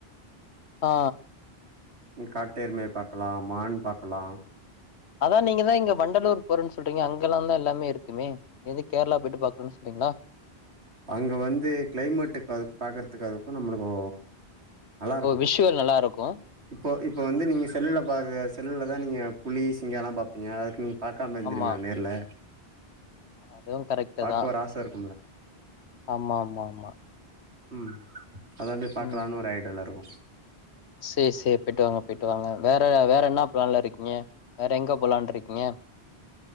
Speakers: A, on the left; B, on the right.
A: ஆ
B: உ காட்டருமய பாக்க லா மான் பாக்கலா
A: அதா நீங்கதா இங்க வண்டலூர் போறன்னு சொல்றீங்க அங்கல்லா தா எல்லாமே இருக்குமே எதுக்கு கேரளா வீட்டு பாக்கறும்னு சொரிங்களா
B: அங்க வந்து கிளைமேட்டுக்கு அது பாக்குறதுக்க அதுக்கு நம்மளுக்கு நல்லா இருக்கு
A: ஓ விஷுவல் நல்லா இருக்கு
B: இப்போ இப்போ வந்து நீங்க செல்லுல பா செல்லுல தா நீங்க புலி சிங்கம் லா பாப்பீங்க அதுக்குனு பாக்காம இருந்துருவிங்கண்ணா
A: ஆமா
B: நேர்ல
A: அதுவு கரெக்டு
B: பாக்க
A: தா
B: ஒரு ஆச இருக்கும்ல
A: ஆமா ஆமா ஆமா
B: உ அதா அப்டியே பாக்கலாம்னு
A: ம்
B: ஒரு ரைடு டுரு
A: சேரி சேரி போயிட்டு வாங்க போயிட்டு வாங்க வேற வேற என்ன ப்ளான்ல இருக்கீங்க வேற எங்க போலாண்ட் இருக்கீங்க